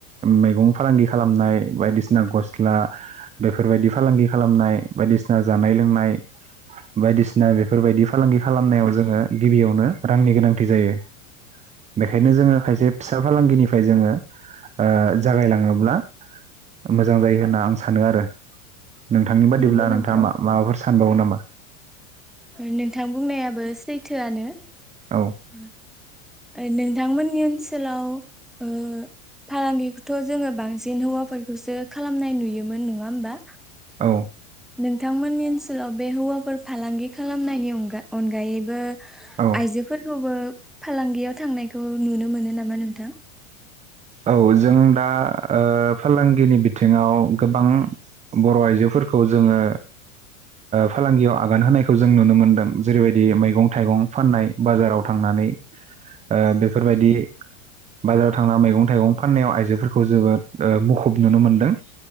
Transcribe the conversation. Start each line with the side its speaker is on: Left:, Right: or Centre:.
Right: मैगं फालांगि खालामनाय बायदिसिना गस्ला बेफोरबायदि फालांगि खालामनाय बायदिसिना जानाय लोंनाय बायदिसिना बेफोरबायदि फालांगि खालामनायाव जोङो गिबियावनो रांनि गोनांथि जायो बेखायनो जोङो खायसे फिसा फालांगिनिफ्राय जोङो ओ जागायलाङोब्ला मोजां जायो होनना आं सानो आरो। नोंथांनि बादिब्ला
Centre: नंगौ
Right: नोंथाङा
Centre: नोंथां
Right: मा माबाफोर सानबावो नामा
Centre: नोंथां बुंनायाबो सैथोआनो
Right: औ
Centre: उम ओ नोंथांमोननि ओनसोलाव औ फालांगिखौथ जोङो बांसिन हौवाफोरखौसो खालामनाय नुयोमोन नङा होमबा?
Right: औ
Centre: नोंथांमोननि ओनसोलाव बे हौवाफोर फालांगि खालामनायनि अनगा अनगायैबो
Right: औ
Centre: आयजोफोरखौबो <inaudible> फालांगियाव थांनायखौ नुनो मोनो नामा नोंथां?
Right: औ जों दा ओ फालांगिनि बिथिङाव गोबां बर' आइजोफोरखौ जोङो फालांगियाव आगान होनायखौ जों नुनो मोनदों जेरैबायदि मैगं थाइगं फाननाय बाजाराव थांनानै ओ बेफोरबायदि बाजाराव थांना मैगं थाइगं फाननायाव आइजोफोरखौ जोबोद मुखुब नुनो मोनदों